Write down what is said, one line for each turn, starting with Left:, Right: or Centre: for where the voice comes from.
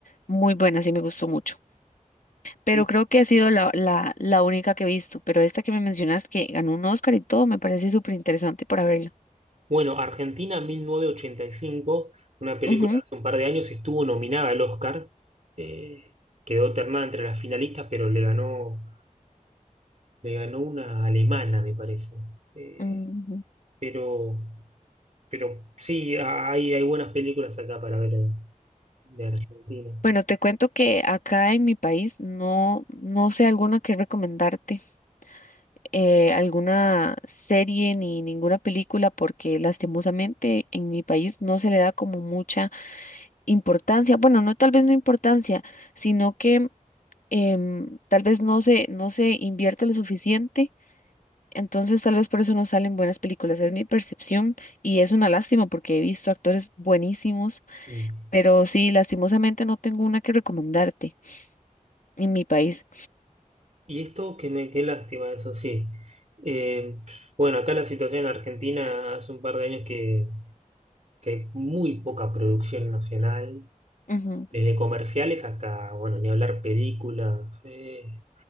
Left: muy buena, sí me gustó mucho. Pero
Right: Sí.
Left: creo que ha sido la, la, la única que he visto, pero esta que me mencionas que ganó un Oscar y todo, me parece súper interesante para verla.
Right: Bueno, Argentina 1985, una película
Left: Ujú,
Right: de hace un par de años, estuvo nominada al Oscar. eh, quedó ternada entre las finalistas, pero le ganó, le ganó una alemana, me parece. Eh,
Left: ujú.
Right: pero, pero sí, hay, hay buenas películas acá para ver eh, de Argentina.
Left: Bueno, te cuento que acá en mi país no, no sé alguna que recomendarte, eh, alguna serie ni ninguna película, porque lastimosamente en mi país no se le da como mucha importancia, bueno, no tal vez no importancia, sino que em, tal vez no se, no se invierte lo suficiente, entonces tal vez por eso no salen buenas películas, es mi percepción y es una lástima porque he visto actores buenísimos,
Right: Mm.
Left: pero sí, lastimosamente no tengo una que recomendarte en mi país.
Right: Y esto que me, qué lástima, eso sí. Eh, bueno, acá la situación en Argentina hace un par de años que, que hay muy poca producción nacional,
Left: Ujú,
Right: desde comerciales hasta, bueno, ni hablar películas. eh.